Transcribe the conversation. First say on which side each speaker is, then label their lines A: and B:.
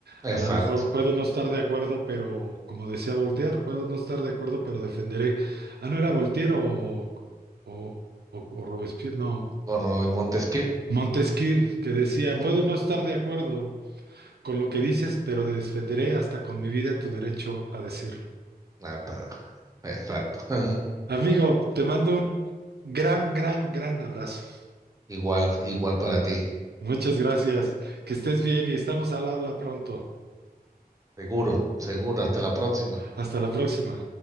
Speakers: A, on the right (about 80°); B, on the right (about 20°).
A: A
B: Exacto.
A: lo mejor puedo no estar de acuerdo, pero como decía Voltaire, puedo no estar de acuerdo, pero defenderé. Ah, no era Voltaire o, o, o, o Robespierre, no.
B: O Montesquieu.
A: Montesquieu, que decía,
B: Mm.
A: puedo no estar de acuerdo con lo que dices, pero defenderé hasta con mi vida tu derecho a decirlo.
B: Ah, está- Exacto. <laughs>
A: Amigo, te mando un gran, gran, gran abrazo.
B: Igual, igual para ti.
A: Muchas gracias. Que estés bien y estamos al habla pronto.
B: Seguro, seguro. Hasta la próxima.
A: Hasta la próxima.